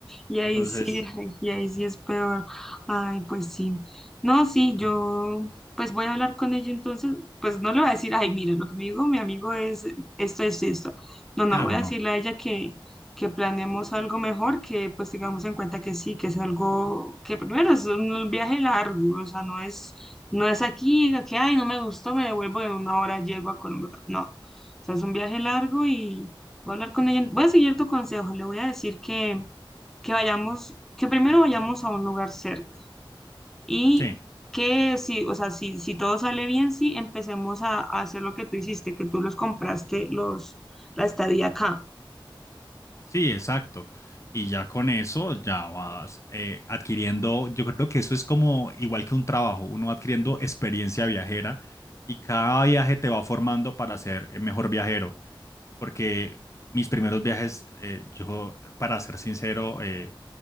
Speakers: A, in the centre; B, on the left.
A: Y ahí
B: Entonces,
A: sí, ay, y ahí sí es peor. Ay, pues sí. No, sí, yo pues voy a hablar con ella entonces, pues no le voy a decir, ay, mira, lo que me dijo mi amigo es esto, esto, y esto. No, no,
B: claro,
A: voy a
B: no.
A: decirle a ella que, que planeemos algo mejor, que pues tengamos en cuenta que sí, que es algo, que primero es un viaje largo, o sea, no es, no es aquí, que ay, no me gustó, me devuelvo en una hora, llego a Colombia. otra- No, o sea, es un viaje largo y voy a hablar con ella. Voy a seguir tu consejo, le voy a decir que que vayamos, que primero vayamos a un lugar cerca y
B: Sí.
A: que si, o sea, si, si todo sale bien, sí, empecemos a, a hacer lo que tú hiciste, que tú los compraste, los, la estadía acá.
B: Sí, exacto. Y ya con eso ya vas eh, adquiriendo, yo creo que eso es como igual que un trabajo, uno va adquiriendo experiencia viajera y cada viaje te va formando para ser eh, mejor viajero, porque mis primeros viajes, eh, yo, para ser sincero, eh,